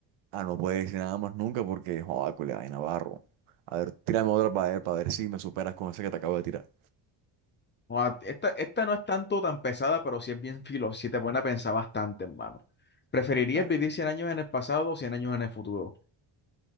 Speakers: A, on the right; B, on the left.
A: a no poder decir nada más nunca porque, joder, culia, vaina barro. A ver, tírame otra para ver, para ver si me superas con esa que te acabo de tirar.
B: O a- esta, esta no es tanto tan pesada, pero sí es bien <laughs> filo, sí te pone a pensar bastante, hermano. ¿Preferirías
A: Dale.
B: vivir 100 años en el pasado o 100 años en el futuro?